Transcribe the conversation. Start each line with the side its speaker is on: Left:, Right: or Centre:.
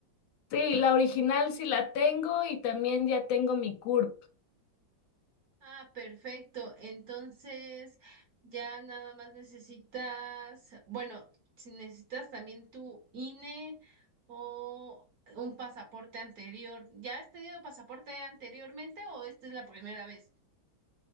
Left: Sí, la original sí la tengo y también ya tengo mi CURP.
Right: Ah, perfecto. Entonces, ya nada más necesitas, bueno, si necesitas también tu INE o un pasaporte anterior. ¿Ya has tenido pasaporte anteriormente o esta es la primera vez?